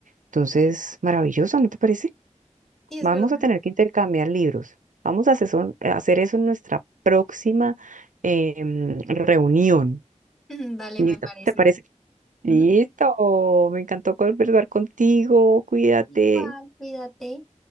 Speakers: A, on the right; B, in the centre.
A: Entonces, maravilloso, ¿no te parece?
B: Sí, es
A: Vamos
B: verdad.
A: a tener que intercambiar libros. Vamos a asesor- a hacer eso en nuestra próxima eh, mm, reunión.
B: <laughs> Dale,
A: ¿Listo?
B: me parece.
A: ¿Te parece? Listo,
B: Ujú.
A: me encantó conversar contigo, cuídate.
B: Igual, cuídate.